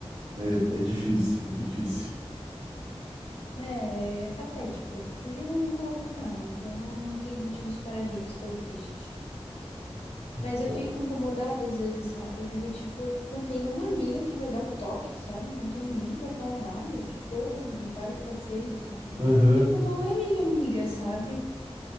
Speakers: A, on the right (about 65°); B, on the left (about 65°).
A: É, é difícil, é difícil.
B: É, é patético. Hoje ela não colocou nada, então não tem motivos para rir, estou triste. Mas
A: Ó.
B: eu fico incomodada às vezes, sabe? Eu fico tipo, não tem uma amiga que vai dar um toque, sabe? Não tem ninguém que vai falar nada. Tipo, ô, amiga, para que tá feio, sabe?
A: Aham.
B: Tipo, não é minha amiga, sabe?